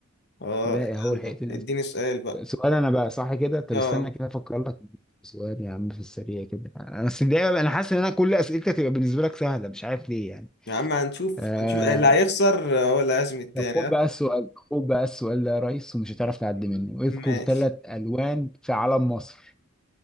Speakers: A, on the left (about 55°); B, in the centre.
A: اه
B: لا هو
A: يلا
B: الحقيقتين
A: اديني
B: أسف.
A: سؤال بقى
B: سؤال انا بقى صح كده طب
A: اه
B: استنى كده افكر لك سؤال يا عم في السريع كده انا السريع انا حاسس ان انا كل اسئلتك تبقى بالنسبه لك سهله مش عارف ليه يعني
A: يا عم هنشوف
B: آه...
A: هنشوف اللي هيخسر آه، هو اللي هيعزم التاني
B: طب خد
A: آه.
B: بقى السؤال خد بقى السؤال ده يا ريس ومش هتعرف تعدي منه اذكر
A: ماشي
B: ثلاث الوان في علم مصر